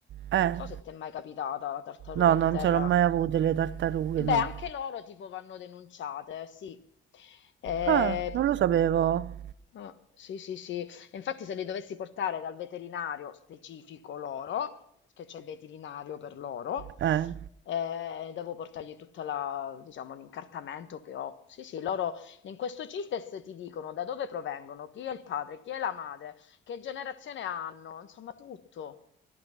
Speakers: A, on the right; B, on the left.
A: Eh,
B: so se ti è mai capitata la tartaruga
A: no,
B: di
A: non
B: terra
A: ce l'ho mai avuto le tartarughe,
B: e Beh,
A: no.
B: anche loro tipo vanno denunciate, sì. Eh,
A: Ah,
B: p-
A: non lo sapevo.
B: ah, sì, sì, sì. E Infatti se li dovessi portare dal veterinario specifico loro, perché c'è il veterinario per loro,
A: Eh,
B: eh, devo portargli tutta la, diciamo, l'incartamento che ho. Sì, sì, loro in questo CITES ti dicono da dove provengono, chi è il padre, chi è la madre, che generazione hanno, insomma tutto.